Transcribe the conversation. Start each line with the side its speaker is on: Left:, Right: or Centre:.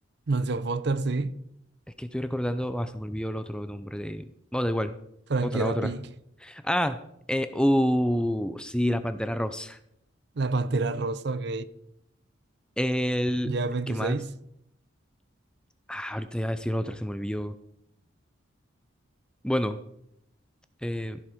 Right: Mansión Foster, sí.
Centre: Es que estoy recordando, ah, se me olvidó el otro nombre de... No, da igual.
Right: Frankie
Centre: Otra,
Right: era
Centre: otra.
Right: Pig.
Centre: Ah, eh, uh, sí, la Pantera Rosa.
Right: La Pantera Rosa, ok.
Centre: El...
Right: Llevas 26.
Centre: ¿Qué más? Ah, ahorita iba a decir otra, se me olvidó. Bueno, eh,